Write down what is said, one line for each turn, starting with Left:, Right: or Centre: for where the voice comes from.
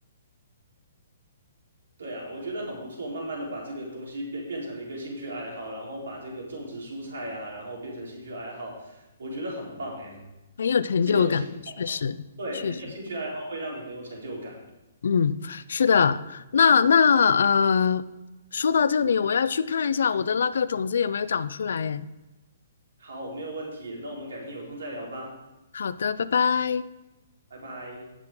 Right: 对啊，我觉得很不错。慢慢的把这个东西变变成了一个兴趣爱好，然后把这个种植蔬菜呀、然后变成兴趣爱好，我觉得很棒哎。
Left: 很有成就感，
Right: 这个兴趣爱好，
Left: 确实确实，
Right: 对，这个兴趣爱好会让你很有成就感。
Left: 嗯，是的。那那呃，说到这里，我要去看一下我的那个种子有没有长出来。哎，
Right: 好，没有问题。那我们改天有空再聊吧，
Left: 好的，拜拜。
Right: 拜拜。